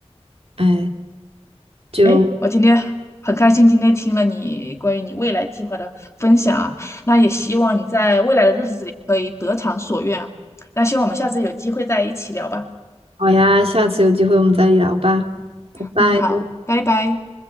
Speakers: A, on the right; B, on the left.
A: 哎，就
B: 诶，我今天很开心，今天听了你关于你未来计划的分享啊，那也希望你在未来的日子里可以得偿所愿啊。那希望我们下次有机会再一起聊吧。
A: 好呀，下次有机会我们再聊吧，拜拜。
B: 嗯，好，拜拜。